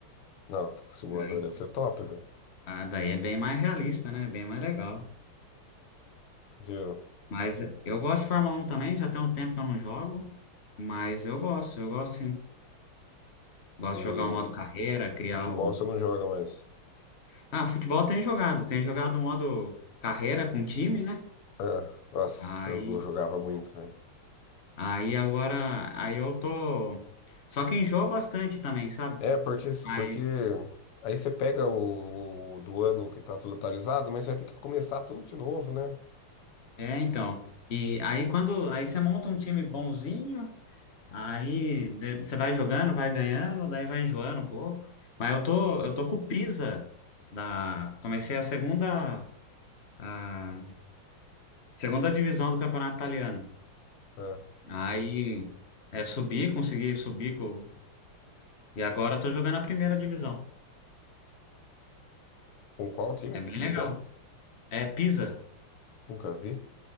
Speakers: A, on the left; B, on the left.
A: Não, tô com o simulador
B: Daí,
A: deve ser top, velho.
B: ah, daí é bem mais realista, né? Bem mais legal.
A: Viu?
B: Mas eu gosto de Fórmula 1 também, já tem um tempo que eu não jogo, mas eu gosto, eu gosto sim. Gosto
A: Eu,
B: de jogar
A: e
B: o modo carreira, criar
A: futebol
B: o.
A: você não joga mais.
B: Ah, futebol tem jogado, tem jogado o modo carreira com time, né?
A: Ah, nossa,
B: Aí,
A: eu jogava muito, velho.
B: aí agora, aí eu tô. Só que enjoa bastante também, sabe?
A: É, porque, se-
B: Mas,
A: porque aí você pega o, o do ano que tá tudo atualizado, mas você vai ter que começar tudo de novo, né?
B: é, então. E aí quando aí você monta um time bonzinho, aí de- você vai jogando, vai ganhando, daí vai enjoando um pouco. Mas eu tô eu tô com o Pisa da comecei a segunda a segunda divisão do campeonato italiano.
A: Ah,
B: Aí é subir, consegui subir com, e agora eu tô jogando a primeira divisão.
A: com qual time?
B: É
A: Pisa?
B: bem legal. É Pisa.
A: Nunca vi.